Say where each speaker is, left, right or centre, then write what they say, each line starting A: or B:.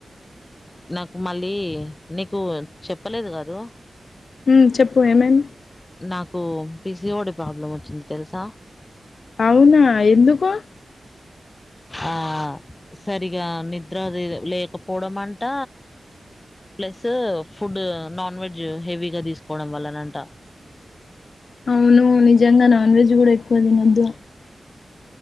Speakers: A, on the left (about 20°); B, on the left (about 65°).
A: నాకు మళ్ళీ నీకు చెప్పలేదు కదూ
B: ఉమ్ చెప్పు ఏమైంది
A: నాకు పీసిఓడి ప్రాబ్లం వచ్చింది తెలుసా
B: అవునా ఎందుకు
A: ఆ సరిగా నిద్ర లేకపోవడం అంట ప్లస్ ఫుడ్ నాన్ వెజ్ హెవీగా తీసుకోవడం వల్లనంట
B: అవును నిజంగా నాన్ వెజ్ కూడా ఎక్కువ తినొద్దు